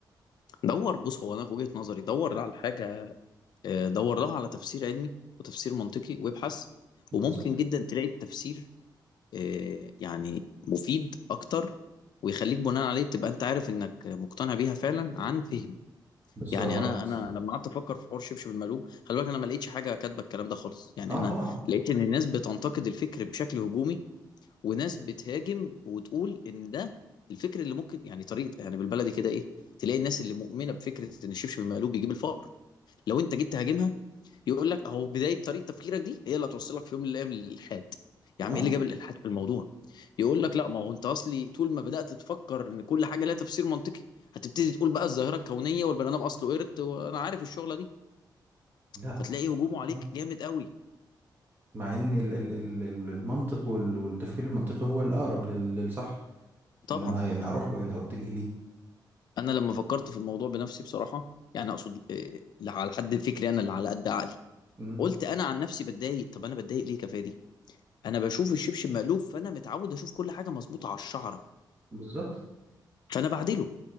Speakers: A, on the left; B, on the right.
A: دور بص هو أنا في وجهة نظري دور على الحاجة آه، دور لها على تفسير علمي وتفسير منطقي وابحث
B: بالظبط
A: وممكن جدا تلاقي التفسير آه، يعني مفيد اكتر ويخليك بناء عليه تبقى انت عارف انك مقتنع بيها فعلا عن فهم
B: بالظبط
A: يعني انا انا لما قعدت افكر في حوار شبشب المقلوب خلي بالك انا ما لقيتش حاجه كاتبه الكلام ده خالص يعني
B: اه
A: انا
B: طبعا
A: لقيت ان الناس بتنتقد الفكر بشكل هجومي وناس بتهاجم وتقول ان ده الفكر اللي ممكن يعني طريقه يعني بالبلدي كده ايه تلاقي الناس اللي مؤمنه بفكره ان الشبشب المقلوب بيجيب الفقر لو انت جيت تهاجمها يقول لك اهو بدايه طريقه تفكيرك دي هي اللي هتوصلك في يوم من الايام للالحاد يا عم
B: اه
A: ايه اللي جاب الالحاد في الموضوع يقول لك لا ما هو انت اصلي طول ما بدات تفكر ان كل حاجه لها تفسير منطقي هتبتدي تقول بقى الظاهره الكونيه والبني ادم اصله قرد وانا عارف الشغله دي
B: لا
A: فتلاقي هجومه عليك
B: اه
A: جامد قوي
B: مع ان ال- ال- ال- ال- المنطق وال- والتفكير المنطقي هو الاقرب لل- للصح
A: طبعا
B: ان انا يعني اروح له يعني او اتجه ليه
A: انا لما فكرت في الموضوع بنفسي بصراحه يعني اقصد آه، لا على حد فكري انا اللي على قد عقلي
B: مم،
A: قلت انا عن نفسي بتضايق طب انا بتضايق ليه كفايه دي انا بشوف الشبشب مقلوب فانا متعود اشوف كل حاجه مظبوطه على الشعره
B: بالظبط
A: فانا بعدله